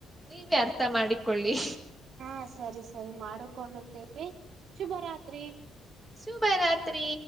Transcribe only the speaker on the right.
ಹ ಸರಿ ಸರಿ ಮಾಡಕೊಂಡುತ್ತೇವೆ ಶುಭರಾತ್ರಿ